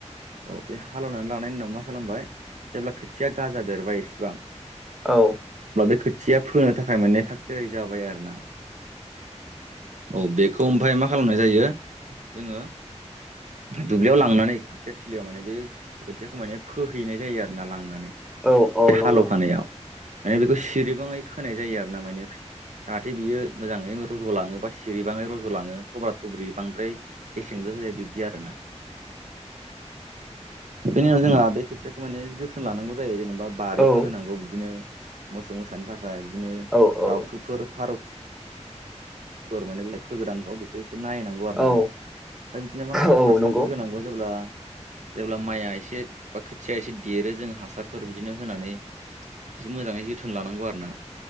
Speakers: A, on the right; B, in the centre.
A: औ बे हालेवनानै लानायनि उनाव मा खालामबाय जेब्ला खोथिया गाजा बेरबाय इसेबां
B: औ
A: बे खोथिया फोनो थाखाय माने थागथियारि जाबाय आरोना। औ बेखौ ओमफाय मा खालामनाय जायो जोङो दुब्लियाव लांनानै खोथिया थिलियाव माने बे खोथियाखौ माने फोहैनाय जायो आरोना लांनानै।
B: औ औ
A: बे
B: नंगौ।
A: हालौखानायाव माने बेखौ सिरिबाङै खोनाय जायो आरोना माने जाहाथे बियो मोजाङै रज'लाङो बा सिरिबाङै रज'लाङो थब्रा थब्रि बांद्राय गेसेंबो जाया बिब्दि आरोना।
B: <inaudible>
A: बेनि उनाव जोंहा बे खोथियाखौ माने जोथोन लानांगौ जायो जेनेबा बारिफोर
B: औ
A: होनांगौ बिदिनो मोसौ मोसानि थाखाय। बिदिनो दाउथुफोर,
B: औ औ
A: फारौ फोर मानि फोगोदानखौ नायनांगौ आरोना।
B: औ
A: ओमफ्राय बिदिनो माखासे
B: औ
A: हासारफोर
B: नंगौ
A: होनांगौ जेब्ला जेब्ला माइआ एसे बा खोथिया एसे देरो जों हासारफोर बिदिनो होनानै एसे मोजाङै जोथोन लानांगौ आरोना।